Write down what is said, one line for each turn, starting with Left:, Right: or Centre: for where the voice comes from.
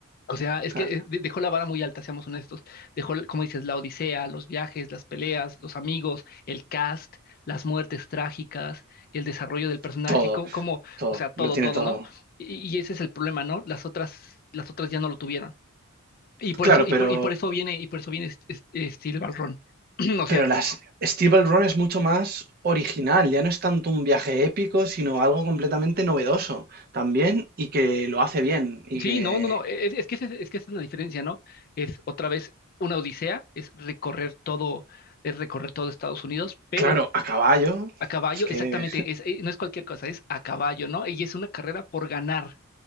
Left: O sea, es
Right: Claro,
Left: que eh, de- dejó la vara muy alta, seamos honestos. Dejó, como dices, la odisea, los viajes, las peleas, los amigos, el cast, las muertes trágicas, el desarrollo del personaje,
Right: todo,
Left: como, como,
Right: todo.
Left: o sea, todo,
Right: Lo tiene
Left: todo,
Right: todo.
Left: ¿no? Y, y ese es el problema, ¿no? Las otras, las otras ya no lo tuvieron. Y por
Right: Claro,
Left: eso, y
Right: pero
Left: por, y por eso viene, y por eso viene es- es- eh, Steel Balrón. <clears throat> O sea,
Right: Pero las Steeple Run es mucho más original, ya no es tanto un viaje épico, sino algo completamente novedoso también y que lo hace bien y
Left: sí,
Right: que,
Left: no, no, no. Es, es que ese- es que esa es la diferencia, ¿no? Es otra vez una odisea, es recorrer todo, es recorrer todo Estados Unidos, pero
Right: claro, a caballo,
Left: a caballo,
Right: es que,
Left: exactamente, es, eh, no es cualquier cosa, es a caballo, ¿no? Y es una carrera por ganar.